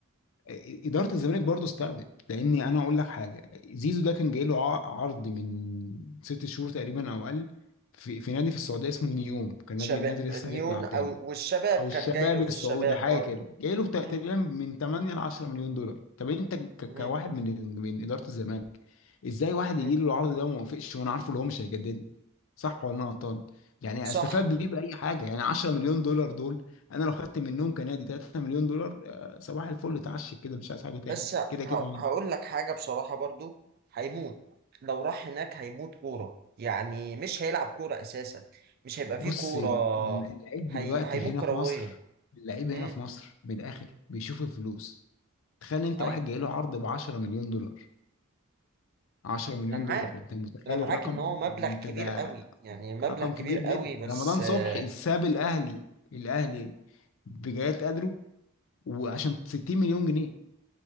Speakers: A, on the left (about 65°); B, on the right (about 45°).
A: إ- اداره الزمالك برضو استخدت لاني انا اقول لك حاجه زيزو ده كان جاي له ع- عرض من ست شهور تقريبا او اقل في في نادي في السعوديه اسمه نيوم كان نادي
B: شباب
A: نادي لسه هيطلع
B: نيون
A: تاني
B: او والشباب
A: او
B: كان
A: الشباب
B: جاي له في
A: السعودي
B: الشباب
A: حاجه
B: برضو
A: كده جاي له بتا-
B: مم،
A: تقريبا من 8 ل 10 مليون دولار طب انت ك-
B: مم،
A: كواحد من من اداره الزمالك ازاي واحد
B: مم.
A: يجي له العرض ده وما وافقش وانا عارفه اللي هو مش هيجدد لي صح ولا انا غلطان يعني
B: صح
A: استفاد بيه باي حاجه يعني 10 مليون دولار دول انا لو خدت منهم كنادي 3 مليون دولار آه، صباح الفل اتعشك كده مش عايز حاجه تاني
B: بس ه-
A: كده كده هيمشي.
B: هقول لك حاجه بصراحه برضو هيموت لو راح هناك هيموت كوره يعني مش هيلعب كوره اساسا مش هيبقى
A: بص
B: فيه كوره
A: ال- ال- اللعيب
B: هي...
A: دلوقتي
B: هيموت
A: هنا
B: كرويا
A: في مصر اللعيب هنا
B: امم
A: في مصر من الاخر بيشوف الفلوس تخيل انت
B: ايوه
A: واحد جاي له عرض ب 10 مليون دولار 10 مليون
B: انا معاك
A: دولار انت متخيل
B: انا معاك
A: الرقم
B: ان هو مبلغ
A: يعني انت
B: كبير
A: ده
B: قوي يعني مبلغ
A: رقم
B: كبير
A: كبير جدا
B: قوي بس
A: رمضان
B: آه،
A: صبحي ساب الاهلي الاهلي بجايات قدره وعشان 60 مليون جنيه